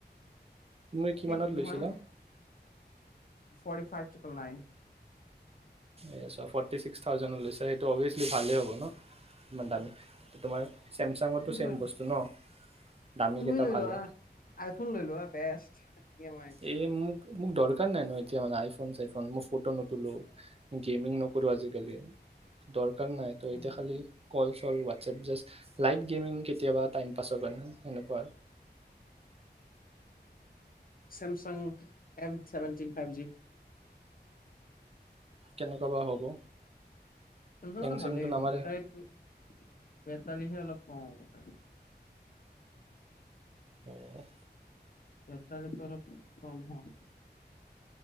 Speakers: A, on the right; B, on the left.
A: তুমি কিমানত
B: এটি
A: লৈছিলা
B: ওৱান ট ফটি ফাইভ প নাইন
A: এয়া চোৱা, ফৰ্টি ছিক্স থাউজেণ্ড লৈছে সেইটো অভিয়াচলি ভালেই হ'ব ন ইমান দামী তোমাৰ চেমচাঙতো
B: ত
A: চেম
B: লৈ
A: বস্তু ন দামী
B: তুমি
A: কেইটা
B: লৈ
A: ভালে
B: লোৱা আইফোন লৈ লোৱা বেষ্ট ইম আই
A: এই মোক মোক দৰকাৰ নাই ন এতিয়া মানে আইফোন চাইফোন মই ফটো নুতলো৷ গেমিং নকৰো আজিকালি দৰ খালি নাই তই
B: উম,
A: এতিয়া খালি কত অকল হোৱাটছএপ জাষ্ট লাইট গেমিং কেতিয়াবা টাইম পাছৰ কাৰনে সেনেকুৱা আৰু
B: Samsung M seventeen five G
A: কেনেকুৱা বা হ'ব?
B: চেমচাংটো
A: হেং চেংটো
B: ভালেই
A: নামাৰে
B: বেটাৰীটো বে দালিহে অলপ কম হব ছাগে!
A: অহহ
B: এটা যেত অলপ কম <unintelligible>